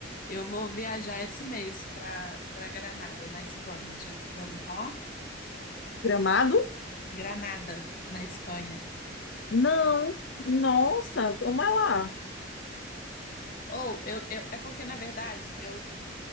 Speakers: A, on the left; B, on the left.
A: Eu vou viajar esse mês para para Granada, na Espanha. Já, já ouviu falar?
B: Gramado?
A: Granada, na Espanha.
B: Não, nossa, como é lá?
A: Ou, eu, eu- é porque, na verdade, eu